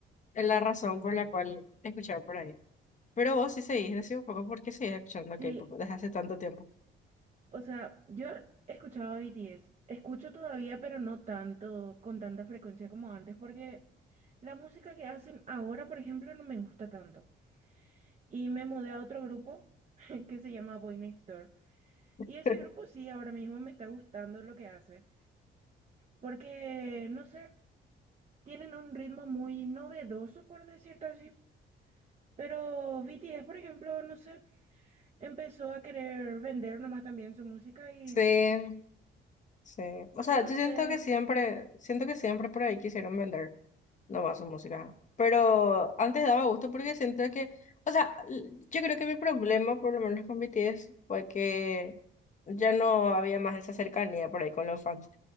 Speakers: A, on the left (about 40°); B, on the right (about 35°).
A: la razón por la cual escuchar por ahí. Pero vos sí seguís, decime un poco por qué seguís escuchando
B: Sí,
A: K-pop desde hace tanto tiempo.
B: o sea, yo escuchaba BTS, escucho todavía, pero no tanto, con tanta frecuencia como antes, porque la música que hacen ahora, por ejemplo, no me gusta tanto. Y me mudé a otro grupo <laughs> que se llama Boy Next Door. Y
A: <laughs>
B: ese grupo sí, ahora mismo me está gustando lo que hace. Porque, no sé, tienen un ritmo muy novedoso, por decirlo así. Pero BTS, por ejemplo, no sé, empezó a querer vender nomás también su música y,
A: Sí. Sí, o sea,
B: no
A: yo
B: sé,
A: siento que siempre, siento que siempre por ahí quisieron vender nomás su música, pero antes daba gusto porque siento que, o sea, l- yo creo que mi problema, por lo menos con BTS, fue que ya no había más esa cercanía por ahí con los fans.